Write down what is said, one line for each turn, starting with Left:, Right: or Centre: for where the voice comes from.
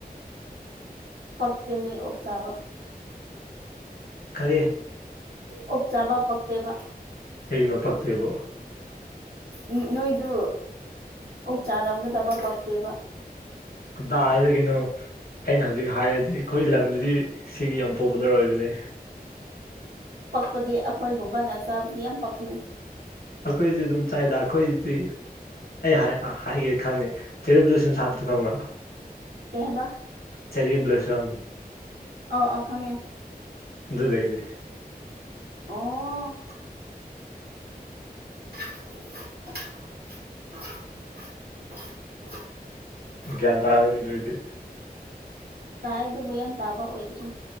Right: ꯄꯛꯛꯇꯅꯦ ꯑꯣꯞꯆꯥꯥꯕ
Left: ꯀꯔꯤ
Right: ꯑꯣꯛ ꯆꯥꯕ ꯄꯛꯇꯦꯕ
Left: ꯀꯩꯅꯣ ꯄꯛꯇꯦꯕꯣ
Right: ꯎ ꯅꯣꯏꯗꯨ ꯑꯣꯛ ꯆꯥꯔꯝꯒꯗꯕ ꯄꯛꯇꯦꯕ
Left: ꯀꯗꯥꯏꯗꯒꯤꯅꯣ ꯑꯩꯅ ꯍꯧꯖꯤꯛ ꯍꯥꯏꯔꯗꯤ ꯑꯩꯈꯣꯏ ꯂꯝꯗꯨꯗꯤ ꯁꯤꯒꯤ ꯌꯥꯝ ꯄꯣꯄꯨꯂꯔ ꯑꯣꯏꯕꯅꯦ
Right: ꯄꯛꯄꯗꯤ ꯑꯩꯈꯣꯏꯒꯨꯝꯕꯅ ꯆꯥꯕꯗꯤ ꯌꯥꯝ ꯄꯛꯅꯩ
Left: ꯑꯈꯣꯏꯁꯨ ꯗꯨꯝ ꯆꯥꯏꯗ ꯑꯈꯣꯏꯗꯤ ꯑꯩ ꯍꯥꯏ ꯍꯥꯏꯒꯦ ꯈꯪꯅꯤ ꯆꯦꯔꯤ ꯕ꯭ꯂꯨꯁꯨꯝ ꯁꯥꯠꯄꯗꯣ ꯈꯪꯕ꯭ꯔꯥ
Right: ꯀꯩ ꯍꯥꯏꯕ
Left: ꯆꯦꯔꯤ ꯕ꯭ꯂꯣꯁꯝ
Right: ꯑ ꯑ ꯈꯪꯉꯦ
Left: ꯑꯗꯨꯗꯒꯤꯅꯦ
Right: ꯑꯣ <inaudible>
Left: ꯒ꯭ꯌꯥꯟ ꯇꯥꯔꯥꯃꯅꯤ ꯑꯗꯨ ꯑꯣꯏꯗꯤ
Right: ꯇꯥꯏ ꯑꯗꯨꯕꯨ ꯌꯥꯝ ꯇꯥꯕ ꯑꯣꯏꯗ꯭ꯔꯤ